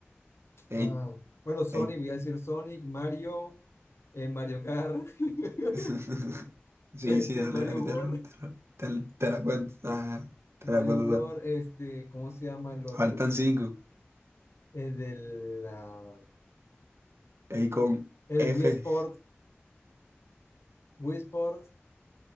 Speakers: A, on the right; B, on the left.
A: Ey,
B: Ah, bueno, Sonic,
A: ey.
B: voy a decir Sonic, Mario, eh, Mario Kart, <laughs>
A: <laughs> Sí,
B: este,
A: sí, dale,
B: Mario
A: dale,
B: World,
A: te, la- te, la te- la- te la cuento. Ajá, te
B: Mario
A: la cuento
B: World,
A: también.
B: este, ¿cómo se llama el otro?
A: Faltan cinco
B: El del, la-
A: Ey, con
B: el
A: F.
B: Wii Sport, Wii Sport,